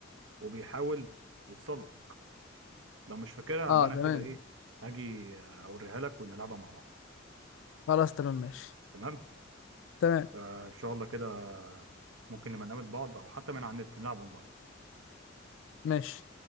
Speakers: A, on the right; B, on the left.
A: وبيحاول يتسلق لو مش فاكرها
B: اه
A: أبقى أنا
B: تمام
A: كده إيه هاجي أوريها لك ونلعبها مع بعض
B: خلاص تمام ماشي
A: تمام
B: تمام
A: آه، إن شاء الله كده ممكن نبقى نقابل بعض أو حتى من على النت نلعب أونلاين
B: ماشي